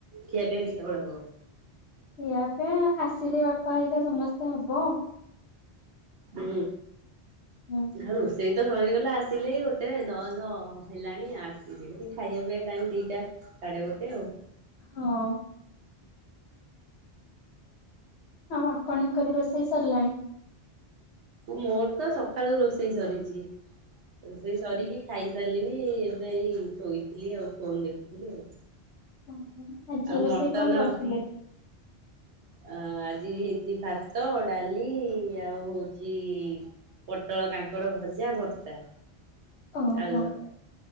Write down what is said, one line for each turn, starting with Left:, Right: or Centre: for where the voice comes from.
Right: ଖିଆ ପିଇଆ କେତେବେଳେ ହବ?
Left: ଇଆପ ଆସିଲେ ବାପା ହେଇିକା ସମସ୍ତେ ହବ।
Right: ହୁଁ
Left: ହୁଁ
Right: ହଲ। ସେଇ ତ ସରିଗଲା ଆସିଲେ ଗୋଟେ ଦଶ ଦ ହେଲାଣି ଆସିଯିବ ଖାଇବା ପିଇବା ଟାଇ ଦିଟା ସାଢେ ଗୋଟେ ଆଉ।
Left: ହଁ। ଆଉ ଆପଣଙ୍କର ରୋଷେଇ ସରିଲାଣି।
Right: ମୋର ତ ସକାଳୁ ରୋଷେଇ ସରିଛି ରୋଷେଇ ସରିକି
Left: ହୁଁ।
Right: ଖାଇଛି। ସାରିଲଣି ଏବେଇ ଶୋଇଥିଲି ଆଉ ଫୋନ ଦେଖୁଥିଲି ଆଉ।
Left: ଓୋ ଆଜି
Right: ଆଉ
Left: ରୋଷେଇ
Right: ମଟନ
Left: କଣ କରିଥିଲେ?
Right: ଅ ଆଜି ହେଇଛି ଭାତ ଡାଲି ଆଉ ହଉଛି ପୋଟଳ କାଙ୍କଡ ଭଜା ଭର୍ତ୍ତା ଆଉୁ
Left: ଓହୋ
Right: ଭର୍ତ୍ତା।